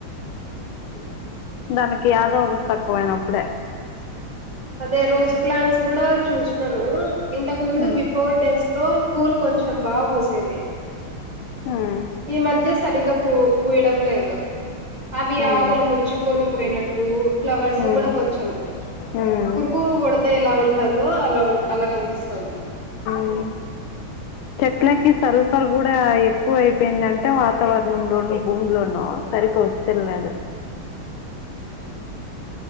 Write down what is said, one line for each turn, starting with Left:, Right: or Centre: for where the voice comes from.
Right: ్రా
Left: దానికి <unintelligible> ఒకటి తక్కువయినప్పుడే
Right: అదే రోస్ ప్లాంట్స్ కూడా చూస్తున్నాను ఇంతకు ముందు
Left: ఉమ్.
Right: బిఫోర్ డేస్ అ పూల్ కొంచం బాబూసేవే
Left: ఉమ్,
Right: ఈ మధ్య సరిగ్గా పూ పూయడం లేదు అవి
Left: ఉమ్.
Right: ఆకులు ముడుచుకొని పోయినట్టు, ఫ్లవర్స్
Left: హ్మ్
Right: కూడా కొంచెం,
Left: హ్మ్
Right: పురుకు కొడతే ఎలా ఉంటదో అలా అలా కనిపిస్
Left: మ్ చెట్లాకి సరఫరా కూడా ఎక్కువ అయిపోయిందంటే వాతావరణంలోనూ భూమిలోనూ సరిగ్గా వచ్చలేదు